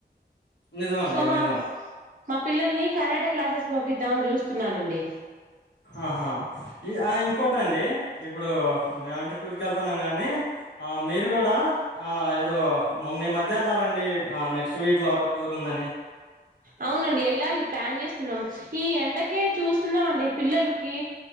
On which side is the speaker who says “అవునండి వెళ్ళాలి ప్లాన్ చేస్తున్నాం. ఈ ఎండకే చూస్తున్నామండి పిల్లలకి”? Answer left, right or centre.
Right